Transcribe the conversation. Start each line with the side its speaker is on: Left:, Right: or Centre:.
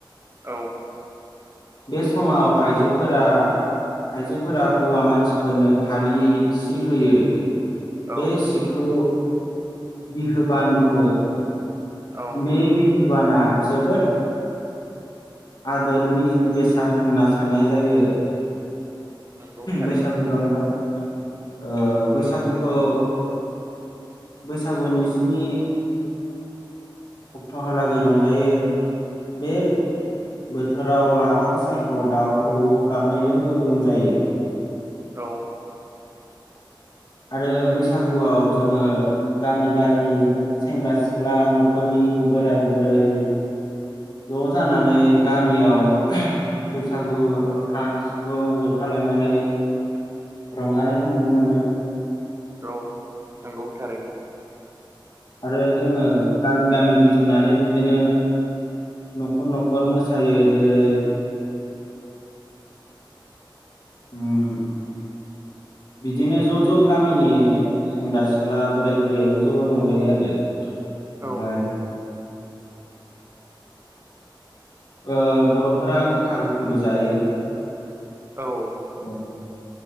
Right: औ
Left: बे समाव आइजोफोरा आयजोफोरा हौवा मानसिफोरनो फालिसि होयो
Right: औ
Left: बे सिखौ बिहोबान बुङो
Right: औ
Left: बे बिहोबाना जोबोद आदोरनि बेसाद होनना साननाय जायो
Right: नंगौ थारैनो
Left: बैसागु रंजा ओ बैसागुखौ बैसागुनि स्नि अक्ट'हालागै रंजायो बे बोथोराव लाफा सायख' दाउ खौवौ गाबनायजों गोग्गोम जायो।
Right: औ
Left: आरो बैसागुआव जोङो गामि गामि सेंग्रा सिख्ला न'खरनि बोराय बुरै ज' जानानै गामियाव बैसागु खाम सिफुं जथा लानानै रंजानायखौ नुनो मोनो
Right: औ नंगौ थारै
Left: आरो जोङो गामि गामि गिदिंनानै बिदिनो न'खर न'खर मोसायो जेरै <inaudible> बिदिनो ज' ज' गामिनि सेंग्रा सिख्ला बोराय बुरैयाबो ज' रंजायो आरो ओमफ्राय
Right: औ
Left: ओ बर'फोरा गोखा गोखैबो जायो
Right: औ
Left: <unintelligible>